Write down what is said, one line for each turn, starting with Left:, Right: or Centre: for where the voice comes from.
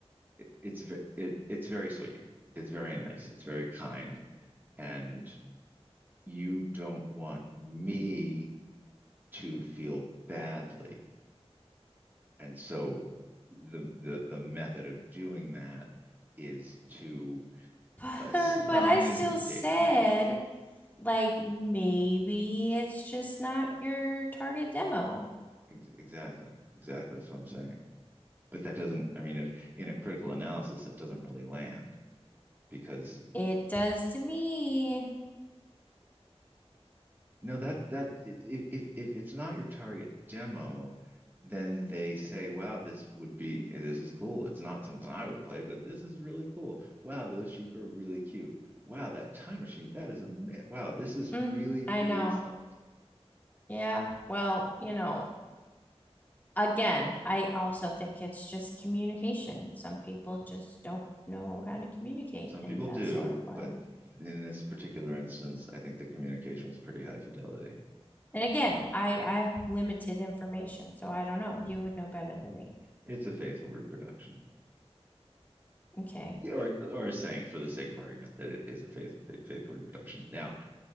Right: it, it's it, it's very sweet. It's very nice. It's very kind and you don't want me to feel badly And so the the the method of doing that is to
Left: But,
Right: assign
Left: <laughs> but I still
Right: interpretation.
Left: said, like, maybe it's just not your target demo.
Right: Exactly, exactly. That's what I'm saying. But that doesn't. I mean, if in a critical analysis, it doesn't really land because
Left: It does to me.
Right: no, that that if if if it's not your target demo, then they say, wow, this would be this is cool. It's not something I would play, but this is really cool. Wow, those sheep are really cute. Wow, that time machine, that is amazing. Wow, this is
Left: Mm,
Right: really,
Left: I
Right: really
Left: know.
Right: something.
Left: Yeah. Well, you know, again, I also think it's just communication. Some people just don't know how to communicate
Right: Some
Left: in
Right: people
Left: that
Right: do,
Left: sort of way.
Right: but in this particular instance, I think the communication was pretty high fidelity.
Left: And again, I I have limited information, so I don't know. You would know better than me.
Right: It's a faithful reproduction,
Left: Okay.
Right: or or saying for the sake of argument that it is a faithful faithful reproduction. Now,